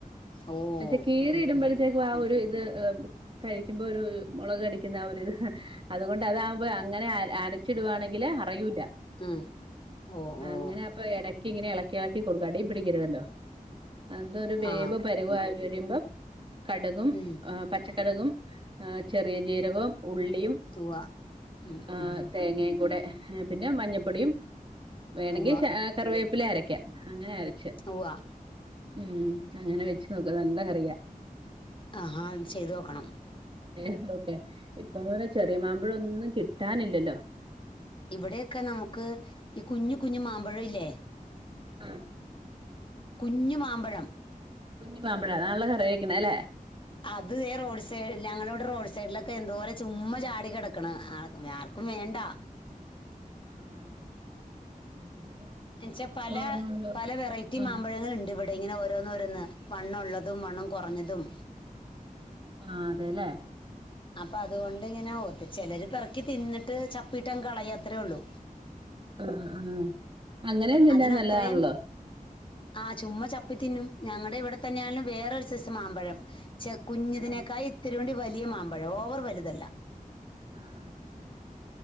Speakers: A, on the left (about 35°); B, on the right (about 35°).
A: ഓ
B: പക്ഷെ കീറി
A: ഉം
B: ഇടുമ്പോഴത്തേക്കും
A: ഉം ഉം
B: ആ ഒരു- ഇത് കഴിക്കുമ്പോ ഒരു മുളക് അരക്കുന്ന ആ ഒരിത് അതുകൊണ്ട് അതാകുമ്പോ അങ്ങനെ അരച്ചിടുവാണെങ്കില് അറിയൂല്ല
A: ഉം... ഓ.. ഓ...
B: അങ്ങനെ അപ്പ ഇടയ്ക്ക് ഇങ്ങനെ ഇളക്കി ഇളക്കി കൊടുക്ക അടി പിടിക്കരുതല്ലോ അന്തൊരു വേവ്
A: ആ
B: പരുവായി വരുമ്പം കടുകും,
A: ഉം
B: പച്ചക്കടുകും ആ ചെറിയ ജീരകവും, ഉള്ളിയും,
A: ഉവ്വ ഉം
B: ആ
A: ഉം
B: തേങ്ങയും കൂടെ പിന്നെ മഞ്ഞപ്പൊടിയും, വേണെങ്കിൽ
A: ഉവ്വ
B: കറിവേപ്പില അരയ്ക്കാം അങ്ങനെ അരച്ച്
A: തൂകുവോ
B: ഉം.... അങ്ങനെ വെച്ച് നോക്ക് നല്ല കറിയ
A: ആഹ്! അത് ചെയ്തു നോക്കണം
B: ഏ ഓക്കെ ഇപ്പൊന്ന് പറ ചെറിയ മാമ്പഴ ഒന്നും കിട്ടാനില്ലല്ലോ!
A: ഇവിടെയൊക്കെ നമുക്ക് ഈ കുഞ്ഞ് കുഞ്ഞു മാമ്പഴം ഇല്ലേ
B: ആഹ്!
A: കുഞ്ഞുമാമ്പഴം
B: കുഞ്ഞു മാമ്പഴം അതാണല്ലേ കറി വെക്കുന്നത് അല്ലേ
A: അത് റോഡ് സൈഡിൽ ഞങ്ങള ഇവിടെ റോഡ് സൈഡിലൊക്കെ എന്തോര ചുമ്മാ ചാടി കിടക്കണ്‌ ആ ആർക്കും വേണ്ട
B: ആഹ്..... ഇവിടെ
A: എന്നച്ചാൽ
B: നമ്മക്ക്
A: പല
B: ഒരെണ്ണള്ളൂ
A: പല വെറൈറ്റി
B: ആഹ്
A: മാമ്പഴങ്ങൾ ഉണ്ട് ഇവിടെ തേ ഇങ്ങനെ ഓരോന്ന് ഓരോന്ന് വണ്ണം ഉള്ളതും വണ്ണം കുറഞ്ഞതും
B: ആ... അതെല്ലേ!
A: അപ്പൊ അതുകൊണ്ട് ഇങ്ങനെ ഓ ചിലര് പിറക്കി തിന്നിട്ട് ചപ്പിട്ട കളയ അത്രേ ഉള്ളൂ!
B: ആഹ്! ആഹ്! അങ്ങനെ തിന്നാൻ
A: അതിനത്രയും
B: നല്ലതാണല്ലോ!
A: ആ ചുമ്മാ ചപ്പിത്തിന്നും ഞങ്ങളുടെ ഇവിടെ തന്നെ ആണെലും വേറൊരു സൈസ് മാമ്പഴം ചെ കുഞ്ഞതിനേക്കായ്
B: ആഹ്
A: ഇത്തിരി കൂടി വലിയ മാമ്പഴം ഓവർ വലുതല്ല
B: ആഹ്! ആഹ്!